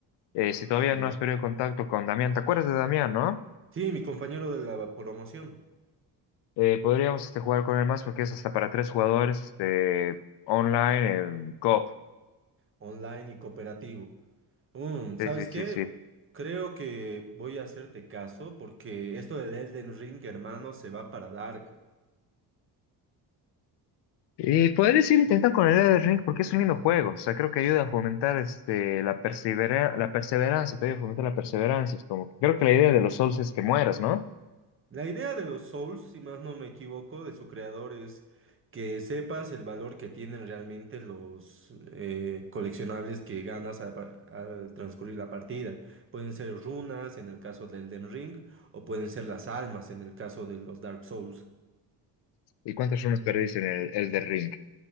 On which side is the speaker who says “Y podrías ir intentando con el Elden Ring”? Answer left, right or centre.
Left